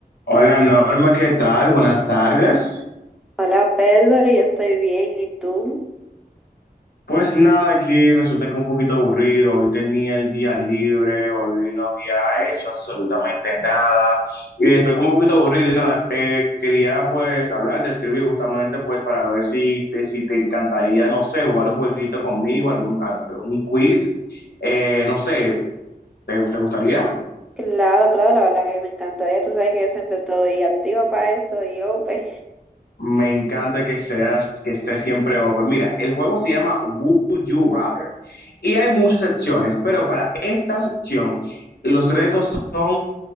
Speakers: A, on the left; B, in the centre.
A: Hola Norma, ¿qué tal? Buenas tardes.
B: Hola Pedro, yo estoy bien, ¿y tú?
A: Pues nada, aquí resulta que un poquito aburrido. Hoy tenía el día libre, hoy no había hecho absolutamente nada y estoy como un poquito aburrido y nada, te quería pues hablar, de escribir justamente pues para ver si te, si te encantaría, no sé, jugar un jueguito conmigo, algún, algún quiz, Eh, no sé, ¿te, te gustaría?
B: Claro, claro, la verdad que a mí me encantaría, tú sabes que yo siempre estoy activa para eso y open,
A: Me encanta que seas, que estés siempre open. Mira, el juego se llama Would You Rather y hay muchas secciones, pero para esta sección los retos son